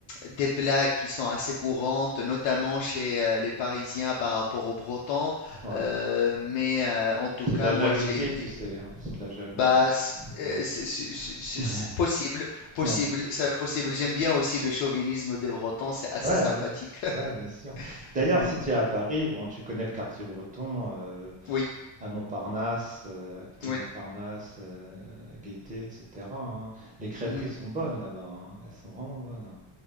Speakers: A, on the left; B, on the right.
A: des blagues qui sont assez courantes, notamment chez, heu, les Parisiens par rapport aux Bretons,
B: Ouais.
A: heu,
B: Bon.
A: mais heu, en tout
B: C'est
A: cas,
B: de la jalousie,
A: moi, j'ai été
B: tu sais, hein, c'est de la jalousie.
A: Bah, c- euh,
B: Mais
A: c'est c'est- c'est- c'est-
B: oui.
A: c'est possible, possible,
B: <laughs> Ouais.
A: c'est possible. J'aime bien aussi le chauvinisme des Bretons, c'est assez
B: Ouais, ouais.
A: sympathique. <laughs>
B: Ouais, bien sûr. D'ailleurs,
A: Mm,
B: si tu es à Paris, bon, tu connais le quartier breton, heu,
A: Oui,
B: à Montparnasse, heu, à côté
A: oui.
B: de Montparnasse, heu, Gaîté, et cetera, hein. Les crêperies
A: mhm.
B: sont bonnes là-bas, hein. Elles sont vraiment bonnes, hein.